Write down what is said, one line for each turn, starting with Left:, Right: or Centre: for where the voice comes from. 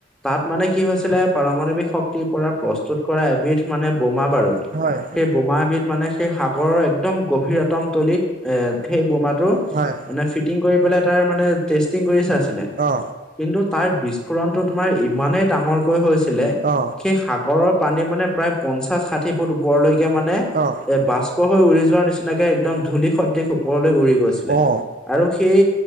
Centre: তাত মানে কি হৈছিলে পাৰমাণৱিক শক্তিৰ পৰা প্ৰস্তুত কৰা এবিধ মানে বোমা বাৰুদ
Right: হয়
Centre: সেই বোমাবিধ মানে সেই সাগৰৰ একদম গ বতম তলিত এ সেই বোমাটো
Right: হয়
Centre: মানে ফিটিং কৰি পেলাই তাৰ মানে আছিলে
Right: অ
Centre: কিন্তু তাৰ বিস্ফোৰণতটো তোমাৰ ইমানেই ডাঙৰকৈ হৈছিলে।
Right: অ
Centre: সেই সাগৰৰ পানী মানে প্ৰায় পঞ্চাশ ষাঠি ফুট ওপৰলৈকে মানে
Right: অ
Centre: এ বাষ্প হৈ উৰি যোৱাৰ নিচিনাকে একদম ধূলি সদৃশ্য ওপৰলৈ উৰি গৈছিলে
Right: অ
Centre: আৰু সেই